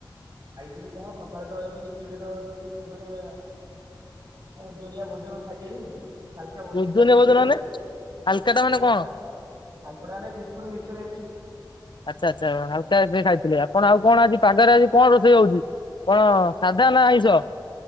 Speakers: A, on the right; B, on the left.
A: ଖାଇଥିଲି କଣ ସକାଳେ ତ ଏମିତି ଏବେ ତ କିଛି ମାନେ ଆଉ ଓଜନିଆ ଭୋଜନ ଖାଇ ହେଇନି ହାଲକା ଭୋଜନ
B: ଓଜନିଆ
A: ଯା ହେଇଛି ଆଉ।
B: ମାନେ ହାଲକା ଟା
A: <unintelligible>
B: ମାନେ କଣ
A: ବିସ୍କୁଟ ମିକ୍ସଚର ଏନ୍ତି।
B: ଆଚ୍ଛା ଆଚ୍ଛା ହାଲକା ଏବେ ଖାଇଥିଲେ ଆପଣ ଆଉ କଣ ଆଜି ପାଗରେ ଆଜି କଣ ରୋଷେଇ ହଉଛି କଣ? ସାଧା ନା ଆଇଁଷ?